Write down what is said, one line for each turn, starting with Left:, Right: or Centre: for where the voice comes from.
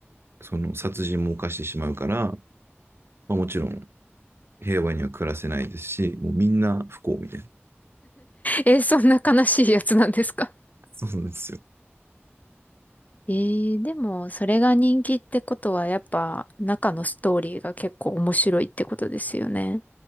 Right: その殺人も犯してしまうから、まあ、もちろん平和には暮らせないですし、もうみんな不幸みたいな。
Left: えーそんな悲しいやつなんですか
Right: そうなんですよ。
Left: えー、でも、それが人気ってことは、やっぱ、中のストーリーが結構面白いってことですよね。